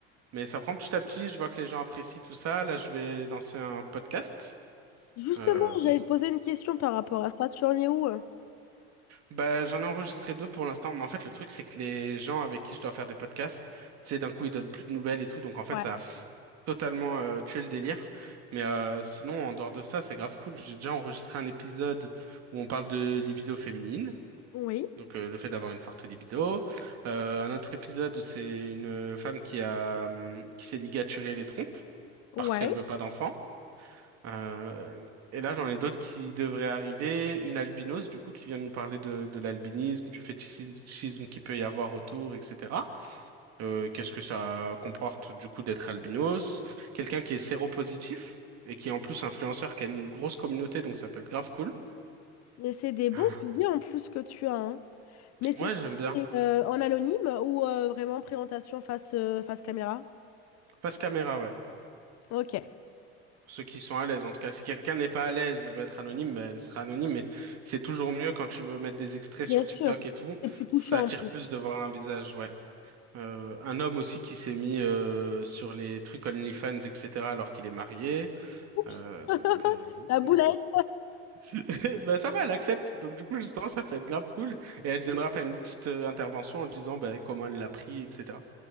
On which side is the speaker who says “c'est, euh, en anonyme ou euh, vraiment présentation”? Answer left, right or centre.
Left